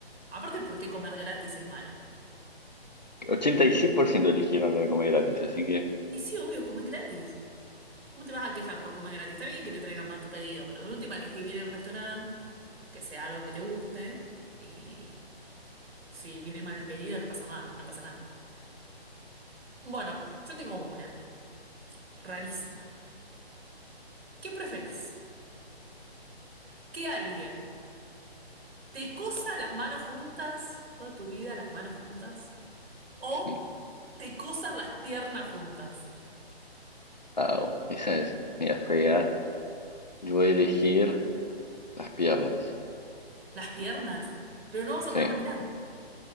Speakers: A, on the right; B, on the left.
A: Aparte, ¿por qué comer gratis es malo?
B: 86% eligieron la de comer gratis, así que
A: Y sí, obvio, comer gratis. ¿Cómo te vas a quejar por comer gratis? Está bien que te traigan mal tu pedido, pero de última elegí bien el restaurante, que sea algo que te guste y si viene mal el pedido no pasa nada, no pasa nada. Bueno, yo tengo una rarísima. ¿Qué preferís? ¿Que alguien te cosa las manos juntas, toda tu vida las manos juntas? ¿O
B: sí.
A: te cosan las piernas juntas?
B: Au, esa es media fea. Yo voy a elegir las piernas.
A: Las piernas, pero no vas
B: Sí,
A: a poder caminar.